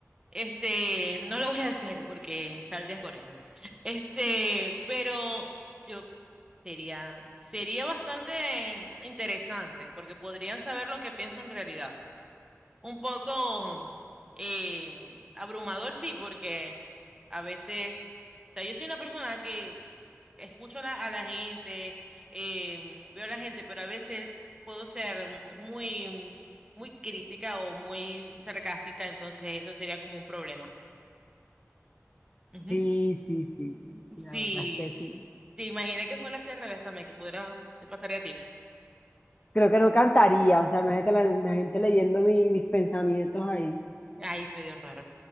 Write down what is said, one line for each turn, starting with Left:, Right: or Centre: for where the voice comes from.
Right: Este, no lo voy a hacer porque saldría corriendo. Este, pero yo sería, sería bastante interesante porque podrían saber lo que pienso en realidad. Un poco eh, abrumador, sí, porque a veces, o sea, yo soy una persona que escucho la- a la gente, em, veo a la gente, pero a veces puedo ser mm, muy, mm, muy crítica o muy sarcástica, entonces eso sería como un problema. Ujú.
Left: Sí, sí,
Right: Mm,
Left: sí, sí,
Right: Sí,
Left: la verdad es que sí.
Right: te imaginé que fuera así al revés también, que pudiera, te pasaría a ti.
Left: Creo que no cantaría, o sea, imagínate la, la gente leyendo
Right: Mm.
Left: mi- mis pensamientos ahí.
Right: Ay, es medio raro.